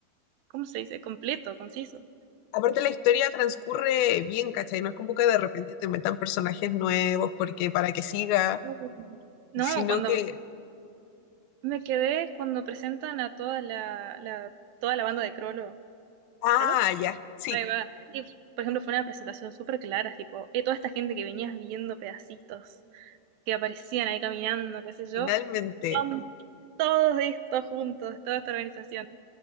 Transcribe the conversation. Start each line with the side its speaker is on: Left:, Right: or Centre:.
Right: ¿cómo se dice? Completo, conciso.
Left: Aparte la historia transcurre bien, ¿cachai? No es como que de repente te metan personajes nuevos porque para que siga,
Right: Uh. No,
Left: sino
Right: cuando
Left: que,
Right: me quedé, cuando presentan a toda la, la- toda la banda de Crollo.
Left: ah,
Right: ¿Crollo?
Left: ya, sí,
Right: Ahí va. Y, por ejemplo, fue una presentación súper clara, tipo, eh, toda esta gente que venías viendo pedacitos. que aparecían ahí caminando, qué sé yo,
Left: finalmente,
Right: son todos estos juntos, toda esta organización.